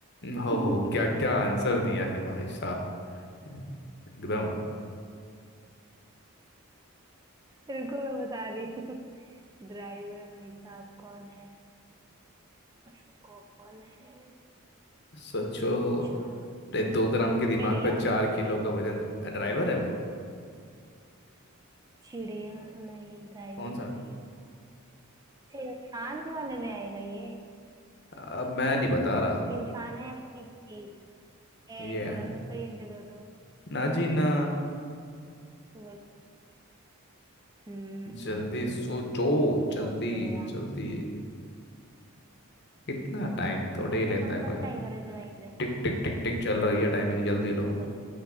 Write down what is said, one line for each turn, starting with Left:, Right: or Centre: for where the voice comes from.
Left: हो
Right: <laughs>
Left: हो क्या क्या आंसर दिया है भाई साहब ने। एकदम
Right: रुको मैं बता रही हूँ ड्राइवर भाई साहब कौन है ऐसा कौन है
Left: सोचो
Right: अच्छा
Left: अपने दो ग्राम के दिमाग
Right: चिड़िया
Left: पर चार किलो का वजन ड्राइवर है वो
Right: चिड़िया नहीं ड्राइवर
Left: कौन सा
Right: तो नहीं अच्छा, इंसान वाले में आएगा ये
Left: अब मैं नहीं बता रहा
Right: इंसान है या कोई चीज है
Left: ये
Right: ए,
Left: है।
Right: थोड़ा सा तो हिंट दो तुम
Left: ना जी ना
Right: <laughs> बोल हम्म
Left: जल्दी
Right: हम्म,
Left: सोचो जल्दी
Right: सोचने दो यार
Left: जल्दी कितना टाइम थोड़े
Right: ऐसा
Left: ही लेता
Right: कौन
Left: है कोई
Right: सा ड्राइवर है जो नहीं दे
Left: टिक टिक टिक टिक चल रही है टाइमिंग जल्दी लो
Right: सकता?